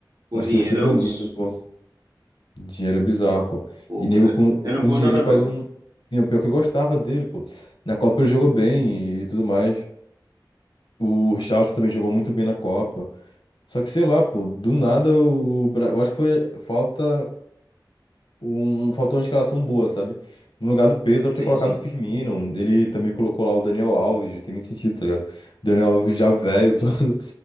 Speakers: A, on the right; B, on the left.
A: com
B: eu acho
A: dinheiro
B: que ele vai ser banido,
A: é osso.
B: pô. Dinheiro é bizarro, pô.
A: Pô,
B: E nego
A: cara,
B: com,
A: era
B: com
A: um bom
B: dinheiro
A: jogador.
B: faz um. E o pior que eu gostava dele, pô. Na Copa ele jogou bem e tudo mais. O Richarlison também jogou muito bem na Copa. Só que, sei lá, pô, do nada o Bra- Eu acho que foi falta um... faltou uma escalação boa, sabe? No lugar do Pedro, deve
A: Sim,
B: ter colocado
A: sim,
B: o Firmino. Ele também colocou lá o Daniel Alves, não tem nem sentido, tá ligado? Daniel Alves já velho, <laughs> todo,
A: sim.